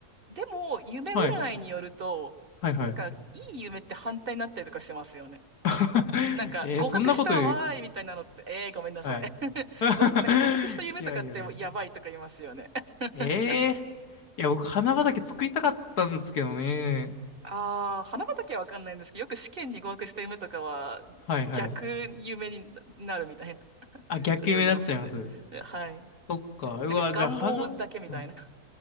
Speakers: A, on the right; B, on the left.
A: でも、夢占いによると、
B: はい。はいはい。
A: なんか、いい夢って反対になったりとかしますよね。
B: <laughs>
A: なんか、
B: えー、
A: 合格したわーいみたいなのって、
B: そんなこと、
A: ええー、ごめんなさい。
B: はい。
A: <laughs>
B: <laughs>
A: ご、なんか合格した夢とかってやばいとか言いますよね。
B: いやいやいや。
A: <laughs>
B: ええいや、僕、花畑作りたかったんですけどね。
A: ああ、花畑はわかんないんですけど、よく試験に合格した夢とかは逆夢になるみたいな
B: はいはい。あ、逆夢になっちゃいます。
A: ことを言いますよね。ではい。
B: そっか。うわ、
A: なんか願望だけみたいな。
B: じゃあ花、はい。
A: <laughs>